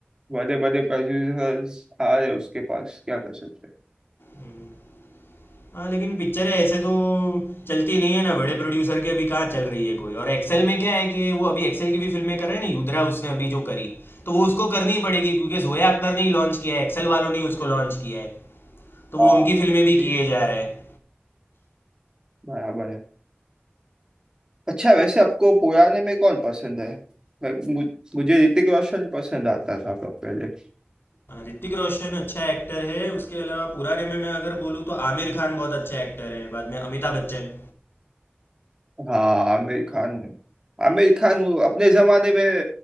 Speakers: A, on the right; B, on the left.
A: बड़े बड़े प्रोड्यूसर्स आ रहे हैं उसके पास क्या कर सकते हैं
B: हम्म। हाँ लेकिन पिक्चर है ऐसे तो चलती नहीं है ना बड़े प्रोड्यूसर की अभी कहाँ चल रही है कोई और एक्सेल में क्या है कि वो अभी एक्सेल की भी फिल्में कर रहे हैं ना युद्रा उसने अभी जो करी तो वो उसको करनी पड़ेगी क्योंकि जोया अख्तर ने ही लॉन्च किया है एक्सेल वालों ने ही उसको लॉन्च किया है तो वो
A: हाँ
B: उनकी फिल्में भी
A: भी
B: किए
A: है
B: जा रहा है
A: बराबर है अच्छा वैसे आपको पुराने में कौन पसंद है मैं- मु- मुझे ऋतिक रोशन पसंद आता था पहले
B: हाँ, ऋतिक रोशन अच्छा एक्टर है उसके अलावा पुराने में मैं अगर बोलूँ तो आमिर खान बहुत अच्छा एक्टर है बाद में अमिताभ बच्चन
A: हाँ आमिर खान आमिर खान वो अपने जमाने में